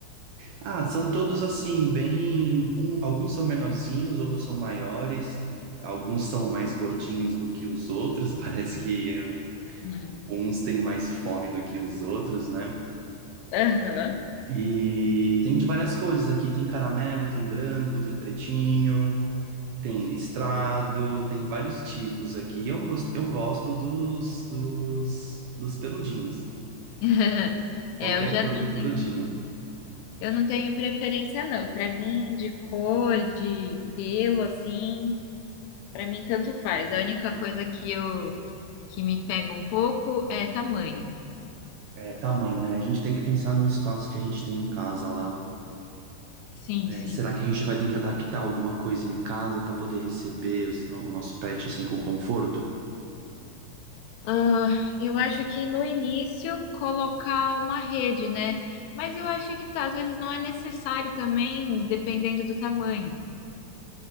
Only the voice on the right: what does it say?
Ah, são todos assim, bem. um- alguns são menorzinhos, outros são maiores, alguns são mais gordinhos do que os outros, <laughs> parece que eh,
uns têm mais fome do que os outros, né?
E tem de várias cores aqui: tem caramelo, tem branco, tem pretinho, tem listrado, tem vários tipos aqui. Eu gosto, eu gosto dos, dos, dos peludinhos,
qualquer
cor
do peludinho.
É, tamanho, né? A gente tem que pensar no espaço que a gente tem em casa lá.
É,
será que a gente vai ter que adaptar alguma coisa em casa para poder receber os no- o nosso pet assim com conforto?